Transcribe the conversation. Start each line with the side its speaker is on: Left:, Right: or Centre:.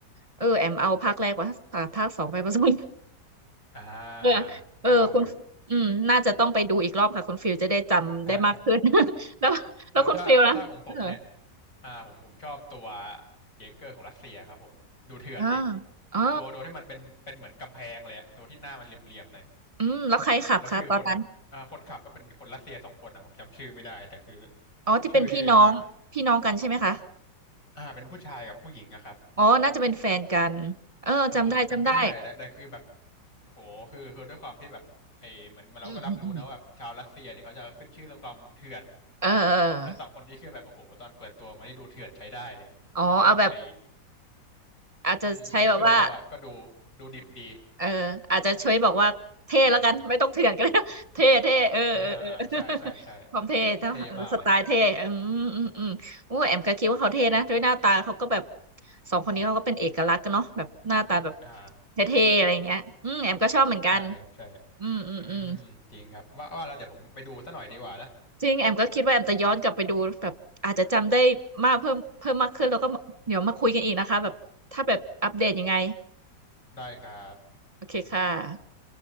Right: เออแอมเอาภาคแรกว่าภาคสองไปผสม
Left: อ่า
Right: <laughs> เออ
Left: อ่าอ่านึกออกอยู่
Right: เออคุณอืมน่าจะต้องไปดูอีกรอบค่ะคุณฟิลจะได้จำได้มากขึ้น
Left: ใช่
Right: <laughs> แล้วแล้วคุณฟิลล่ะเออ
Left: <laughs> เออถ้าถ้าของผมเนี่ยอ่าผมผมชอบตัวเยเกอร์ของรัสเซียครับผม ดูเถื่อนดิ
Right: อ่าอ๋อ
Left: ตัวตัวที่มันเป็นเป็นเหมือนกำแพงเลยอะตัวที่หน้ามันเหลี่ยมๆหน่อย
Right: อืมแล้วใครขับคะตอนนั้น
Left: แล้วคือคนอ่าคนขับก็เป็นคนรัสเซียสองคนนะผมจำชื่อไม่ได้แต่คือ
Right: อ๋อที่เป็นพี่น้องพี่น้องกันใช่ไหมคะ
Left: ชื่อเท่มากอ่าเป็นผู้ชายกับผู้หญิงอะครับ
Right: อ๋อน่าจะเป็นแฟนกันเออจำได้จำได้
Left: เออผมจำไม่ได้แต่แต่คือแบบโอ้โหคือคือด้วยความที่แบบไอเหมือนเราก็รับรู้นะว่าแบบชาวรัสเซียเนี่ยเขาจะขึ้นชื่อเรื่องความเถื่อน
Right: อืมอืมอืมเออเออเ
Left: และสองคนนี้คือแบบโอ้โหตอนเปิดตัวมานี่ดูเถื่อนใช้ได้เลยแล้วก็ไอ
Right: อออ๋อเอาแบบอาจจะใช้แบบว่า
Left: อืมเยเกอร์เขาอะก็ดูดูดิบดี
Right: เอออาจจะช่วยบอกว่าเท่แล้วกันไม่ต้องเถื่อนก็ได้ <laughs> เท่เท่เออเออเออ
Left: อ่าอ่าใช่ใช่ใช่
Right: <laughs> ความเท่เท่าเออสไตล์เท่อืมอืมอืมโอ้แอมก็คิดว่าเขาเท่นะด้วยหน้าตาเขาก็แบบ
Left: เท่มากเลยฮะ
Right: สองคนนี้เขาก็เป็นเอกลักษณ์กันเนาะแบบหน้าตาแบบ
Left: อ่า
Right: เท่ๆอะไรอย่างเงี้ยอืมแอมก็ชอบเหมือนกัน
Left: ใช่ครับใช่
Right: อืมอืมอืม
Left: อืมจริงครับว่าว่าแล้วเดี๋ยวผมไปดูซะหน่อยดีกว่านะ
Right: จริงแอมก็คิดว่าแอมจะย้อนกลับไปดูแบบอาจจะจำได้มากเพิ่มเพิ่มมากขึ้นแล้วก็เดี๋ยวมาคุยกันอีกนะคะแบบถ้าแบบอัปเดตยังไง
Left: ได้ครับ
Right: โอเคค่ะ